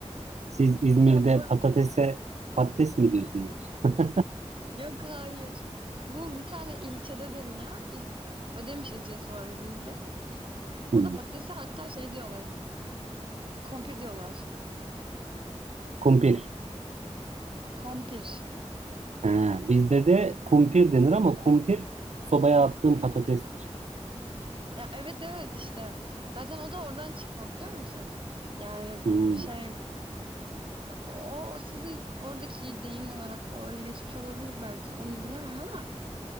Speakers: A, on the right (about 75°); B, on the right (about 45°).
A: Siz İzmir'de
B: Ya bu arada
A: patatese patates mi diyorsunuz? <laughs>
B: Yok hayır. Bu bir tane ilçede deniyor. İl Ödemiş ilçesi var İzmir'de. Orada
A: Hmm.
B: patatese hatta şey diyorlar. Kompir diyorlar.
A: Kumpir.
B: Kompir.
A: Ha, bizde de kumpir denir ama kumpir sobaya attığım patatestir.
B: Ya evet evet işte. Zaten o da oradan çıkma biliyor musun? Yani
A: Hmm.
B: şey o sizin oradaki deyim olarak o öyle geçmiş olabilir belki. Onu bilemem ama